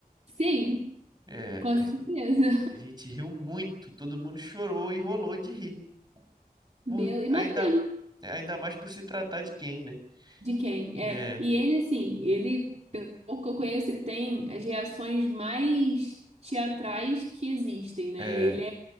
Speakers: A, on the right (about 45°); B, on the right (about 25°).
A: Sim,
B: É,
A: com
B: a
A: certeza.
B: gen- a gente riu muito, todo mundo chorou e rolou de rir.
A: Meu,
B: Por,
A: imagino
B: ainda, ainda mais por se tratar de quem, né?
A: de quem. É,
B: É,
A: e ele assim, ele, pelo pouco que eu conheço, ele tem as reações mais teatrais que existem, né?
B: é,
A: Ele é,